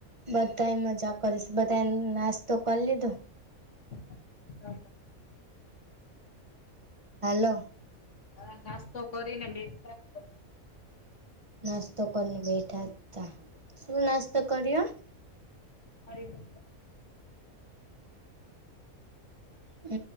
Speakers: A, on the right (about 20°); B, on the left (about 60°).
A: બધા મજા કરી છે, બધા નાસ્તો કરી લીધો.
B: <inaudible>
A: હાલો.
B: હા નાસ્તો કરીને, બેઠાય તો‌.
A: નાસ્તો કરીને બેઠા હતા, શું નાસ્તો કર્યો?
B: હર મુ
A: હ,